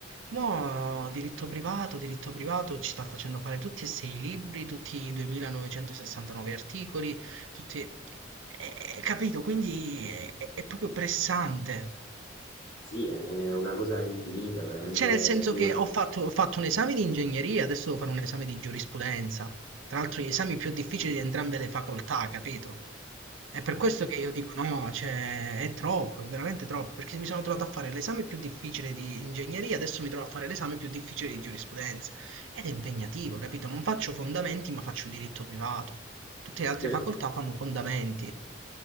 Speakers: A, on the right; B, on the left.
A: Mo' diritto privato, diritto privato ci sta facendo fare tutti e sei i libri, tutti i 2969 articoli, tutti... eh, capito, quindi è, è- è proprio pressante.
B: Sì, è una cosa infinita, veramente
A: Cioè, nel senso
B: dura.
A: che ho fatto, ho fatto un esame di ingegneria, adesso devo fare un esame di giurisprudenza. Tra l'altro, gli esami più difficili di entrambe le facoltà, capito? È per questo che io dico no, cioè è troppo, è veramente troppo, perché mi sono trovato a fare l'esame più difficile di ingegneria, adesso mi trovo a fare l'esame più difficile di giurisprudenza. Ed è impegnativo, capito? Non faccio fondamenti, ma faccio diritto privato. Tutte le altre
B: Sì,
A: facoltà fanno fondamenti. E